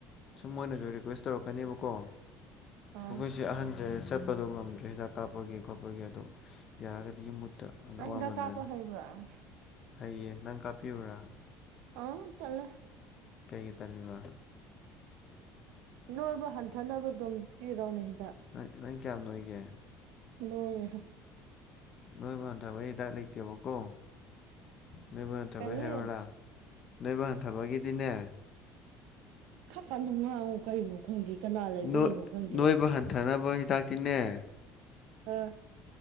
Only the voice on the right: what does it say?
ꯑꯥ
ꯅꯪ
ꯍꯤꯗꯥꯛ ꯀꯥꯞꯄ ꯍꯩꯕ꯭ꯔꯥ
ꯑꯥꯎ ꯇꯜꯂꯦ
ꯅꯣꯏꯕꯨ ꯍꯟꯊꯅꯕ ꯑꯗꯨꯝ ꯄꯤꯔꯣꯅꯦ ꯍꯤꯗꯥꯛ
ꯂꯣꯏꯔꯦꯍꯦ
ꯀꯔꯤ
ꯈꯔ ꯀꯟꯅ ꯉꯥꯡꯉꯨ ꯀꯔꯤꯅꯣ ꯈꯪꯗꯦ ꯀꯅꯥ ꯂꯩꯕꯒꯤꯅꯣ
ꯈꯪꯗꯦꯕ
ꯑꯥ